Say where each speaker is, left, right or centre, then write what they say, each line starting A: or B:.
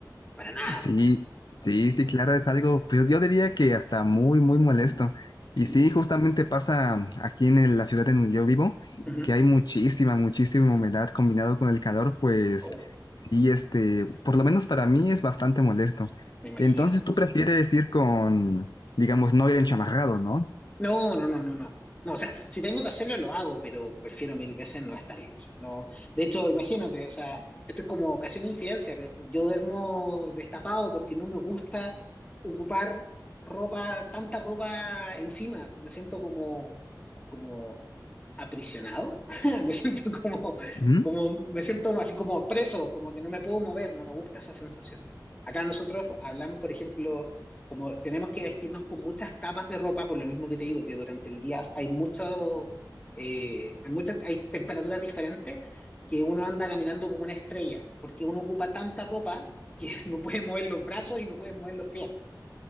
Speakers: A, on the left; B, on the left.
A: Para nada.
B: Sí, sí, sí, claro, es algo, pues yo diría que hasta muy, muy molesto. Y
A: Sí.
B: sí, justamente pasa aquí en el- la ciudad en donde yo vivo,
A: Ujú.
B: que hay muchísima, muchísima humedad combinado con el calor, pues
A: Oh,
B: sí, este, por lo menos para mí es bastante molesto.
A: me imagino.
B: Entonces, ¿tú prefieres ir con, digamos, no ir enchamarrado, ¿no?
A: No, no, no, no, no. No, o sea, si tengo que hacerlo, lo hago, pero prefiero mil veces no estarlo. O sea, no. De hecho, imagínate, o sea, esto es como casi una infidencia, pero yo duermo destapado porque no me gusta ocupar ropa, tanta ropa encima. Me siento como, como aprisionado. <laughs> Me siento como,
B: Ujú.
A: como, me siento así como preso, como que no me puedo mover, no me gusta esa sensación. Acá nosotros hablamos, por ejemplo, como tenemos que vestirnos con muchas capas de ropa, por lo mismo que te digo, que durante el día hay mucho, eh, hay muchas, hay temperaturas diferentes, que uno anda caminando como una estrella, porque uno ocupa tanta ropa que <laughs> no puede mover los brazos y no puede mover los pies.